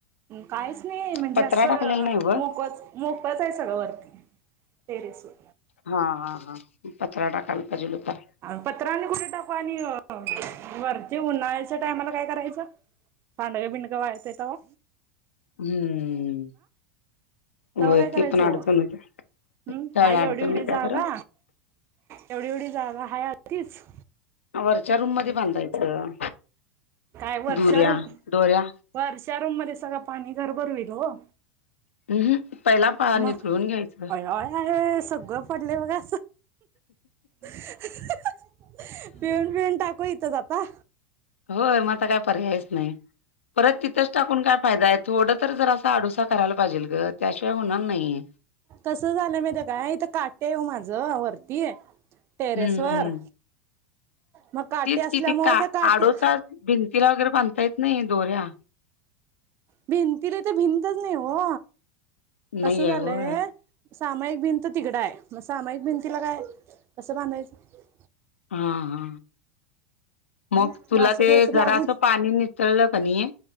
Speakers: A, on the right; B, on the left.
A: काहीच नाही म्हणजे
B: पत्रा
A: असं
B: टाकलेला नाही वर
A: मोकच. मोकळच आहे वरती सगळं टेरेसवर.
B: हा हा हा पत्रा टाकायल पाहिजेल होता.
A: अ पत्रांने कुठे टाकू आणि वरती उन्हाळ्याच्या टायमाला काय करायचं. पांडग बिडगं वाळतय तवा.
B: हम्म.
A: तव्हा
B: होय
A: काय करायचं
B: ते पण
A: ओ
B: अडचण
A: हम्
B: होत्या त्यावेळी
A: हाय एवढी
B: अडचण
A: एवढी
B: होत्या
A: जागा.
B: खरं
A: एवढी एवढी जागा हाय हा तीच.
B: वरच्या रूम मध्ये बांधायचं
A: काय वरच्या
B: दुऱ्या
A: रूम
B: दोऱ्या
A: वरच्या रूम मध्ये सगळं पाणी घरभर होईल हो.
B: हम्म पहिला पा
A: मग
B: नितळून घ्यायचं
A: आया आया आया आया सगळं पडलय बघा. पिळून पिळून टाकू हितच आता
B: होय मग आता काय पर्यायच नाही परत तिथंच टाकून काय- फायदा आहे थोडं तर जर असा आडुसा करायला पाहिजेल ग त्याशिवाय होणार नाही.
A: कसं झालंय माहितीये काय इथं काठी ओ माझं वरती टेरेस
B: हम्म
A: वर
B: हम्म
A: मग काटी
B: तेच
A: असल्यामुळे
B: कि का
A: ते काटी
B: आडोचा भिंतीला वगैरे बांधता येत नाही दोऱ्या
A: भिंतीला इथं भिंतच नाही ओ कस
B: नाही
A: झालंय
B: आहे होय
A: सामायिक भिंत तिकडं आहे मग सामायिक भिंतीला काय कसं बांधायचं
B: हा हा
A: हम्
B: मग तुला
A: वासुदेवच
B: ते
A: लागून
B: जरासं पाणी नि. कळलं क नाही